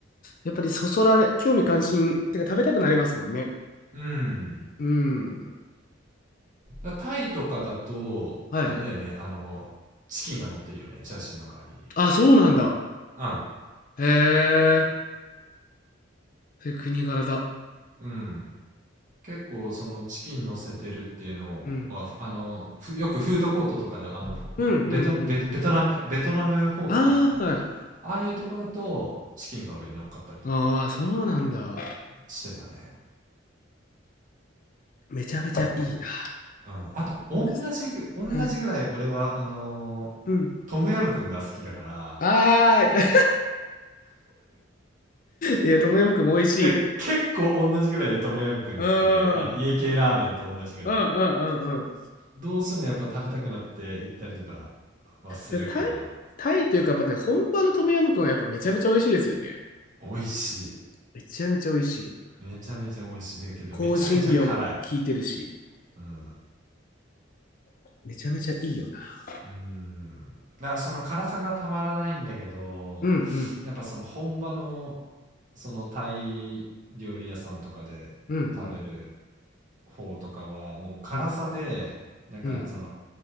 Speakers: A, on the left; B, on the right.
A: やっぱりそそられ、興味関心、てか食べたくなりますもんね。
B: うん。
A: うん。
B: だタイとかだと、
A: はい。
B: あれだよね、あの、チキンが乗ってるよね、チャーシューの代わりに。
A: あ、そうなんだ。
B: うん。
A: へえ。それ国柄だ。
B: うん。結構そのチキン乗せてるっていうのはふあのふよくフードコートとかであのフォベトベベトナムだベトナムフォーとか
A: うん。うん、うん、うん、うん。ああ、はい。
B: ああいうとこだとチキンが上に乗っかったりとか
A: ああ、そうなんだ。
B: してたね
A: めちゃめちゃいいな。
B: あ,、うん、あと同じぐ同じぐらい俺はあのートムヤムくんが好きだから
A: なんか、はい。うん。ああ、いや、いや、トムヤムクンも美味しい。
B: え結構同じぐらいでトムヤムくん好きであの家系ラーメンと同じぐらい
A: うん。うん、うん、うん、うん。
B: どうしてもやっぱ食べたくなって行ったりとかはするかな
A: で、タイ、タイというか、やっぱね、本場のトムヤムクンはやっぱめちゃめちゃ美味しいですよね。
B: 美味しい
A: めちゃめちゃ美味しい。
B: めちゃめちゃ美味しいだけど、
A: 香辛料も効いてるし、
B: めちゃめちゃ辛い。うん。
A: めちゃめちゃいいよな。
B: うん。だからその辛さがたまらないんだけど、
A: うん、うん、
B: やっぱその本場の、そのタイ料理屋さんとかで食べる
A: うん、う
B: 方とかは、もう辛さで、
A: ん、うん、
B: なんかその
A: うん。